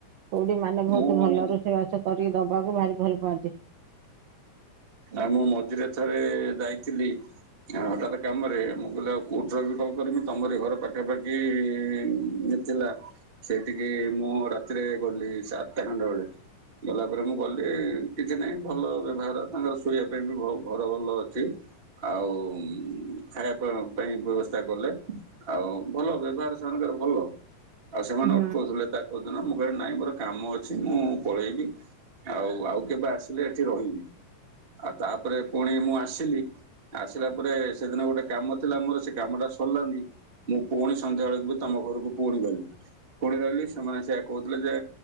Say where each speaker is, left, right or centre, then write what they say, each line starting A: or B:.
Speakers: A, on the right; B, on the right.
A: ଖୁଡୀ ମାନେ ବହୁତ
B: ମୁଁ
A: ଭଲ, ରୋଷେଇ ବାସ କରିକି ଦବାକୁ ଭାରି ଭଲ ପାଆନ୍ତି।
B: ଆଉ ମୁଁ ମଝିରେ ଥରେ ଯାଇଥିଲି। ହଟାତ୍ କାମରେ ମୁଁ କହିଲି ଆଉ କୋଉଠି ରହିବି କଣ କରିବି ତମରି ଘର ପାଖାପାଖି ମୁଁ। ଥିଲା ସେଠିକି ମୁଁ ରାତିରେ ଗଲି ସେ ଆଠଟା ଖଣ୍ଡେ ବେଳେକୁ। ଗଲା ପରେ ମୁଁ ଗଲି କିଛି ନାହିଁ ଭଲ ବ୍ୟବହାର। ତାଙ୍କର ଶୋଇବା ପାଇଁ ବି ଘର ଭଲ ଅଛି। ଆଉ ଖାଇବା ପାଇଁ ବ୍ୟବସ୍ଥା କଲେ। ଆଉ ଭଲ ବ୍ୟବହାର ସେମାନଙ୍କର ଭଲ ଆଉ ସେମାନେ
A: ହୁଁ
B: ଅଟକାଉଥିଲେ ତ। କୋଉଦିନ ମୁଁ କହିଲି ନାଇଁ ମୋର କାମ ଅଛି ମୁଁ ପଳେଇବି। ଆଉ ଆଉ କେବେ ଆସିଲେ ଏଠି ରହିବି। ଆଉ ତାପରେ ପୁଣି ମୁଁ ଆସିଲି ଆସିଲା ପରେ ସେଦିନ ଗୋଟେ କାମ ଥିଲା ମୋର ସେ କାମଟା ସରିଲାନି। ମୁଁ ପୁଣି ସନ୍ଧ୍ୟା ବେଳକୁ ବି ତମ ଘରକୁ ପୁଣି ଗଲି ପୁଣି ରହିଲି ସେମାନେ ସେଇଆ କହୁଥିଲେ ଯେ